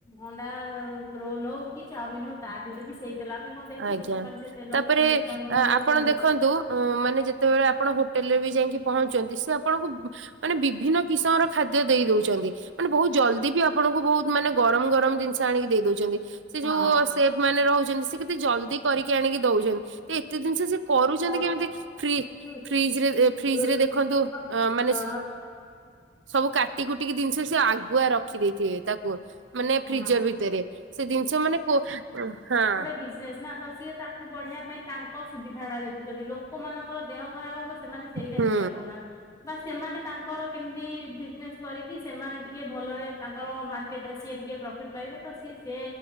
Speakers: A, on the left (about 20°); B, on the right (about 80°).
A: ଅଣ୍ଡା ରୋଲ ହଉ କି ଚାମିନ ହଉ ତା ଧେହରେ ବି ସେଇ ତେଲ ଆମେ କଣ ଦେଖୁଛେ
B: ଆଜ୍ଞା
A: ସେମାନେ ସେ ତେଲକୁ
B: ତାପରେ
A: କେମିତି କଣ ବନଉଛନ୍ତି
B: ଅ ଆପଣ ଦେଖନ୍ତୁ ଅଁ ମାନେ ଯେତେବେଳେ ଆପଣ ହୋଟେଲରେ ବି ଯାଇଁକି ପହଞ୍ଚନ୍ତି ସେ ଆପଣଙ୍କୁ ମାନେ ବିଭିନ୍ନ କିସମର ଖାଦ୍ୟ ଦେଇ ଦୋଉଚନ୍ତି ମାନେ ବୋହୁତ ଜଲଦି ବି ଆପଣଙ୍କୁ ବୋହୁତ ମାନେ ଗରମ ଗରମ ଦିନଷ ଆଣିକି ଦେଇ ଦଉଚନ୍ତି। ସେ ଯୋଉ
A: ହଁ।
B: ସେଫ୍ ମାନେ ରହୁଛନ୍ତି ସେ କେତେ ଜଲଦି କରିକି ଆଣିକି ଦଉଛନ୍ତି ଏ ଏତେ ଦିନଷ ସିଏ କରୁଚନ୍ତି
A: କରୁଛନ୍ତି
B: କେମିତି ଫ୍ରି
A: ଫ୍ରିଜ୍
B: ଫିଜରେ
A: ଫ୍ରିଜ୍
B: ଏ ଫ୍ରିଜରେ ଦେଖନ୍ତୁ
A: ରେ ଦେଖନ୍ତୁ
B: ଅ ମାନେ ସବୁ କାଟି କୁଟିକି ଦିନଷ ସିଏ ଆଗୁଆ ରଖି ଦେଇଥିବେ ତାକୁ। ମାନେ
A: ହଁ।
B: ଫ୍ରିଜର ଭିତରେ ସେ ଦିନଷ ମାନେ କୋ ହଁ।
A: ବିଜିନେସ ନାଁ ତ ସିଏ ତାକୁ ବଢ଼େଇବା ପାଇଁ ତାଙ୍କ ସୁବିଧାଟା ଦେଖୁଚନ୍ତି ଲୋକମାନଙ୍କର ଦେହ ଖରାପ ହବ ସେମାନେ ସେଇଟା
B: ହୁଁ
A: ଚିନ୍ତା କରୁନାହା ବାସ୍ ସେମାନେ ତାଙ୍କର କେମତି ବିଜନେସ୍ କରିକି ସେମାନେ ଟିକେ ଭଲରେ ତାଙ୍କର ମାର୍କେଟରେ ସିଏ ଟିକେ ପ୍ରଫିଟ୍ ପାଇବେ ତ ସି ସେ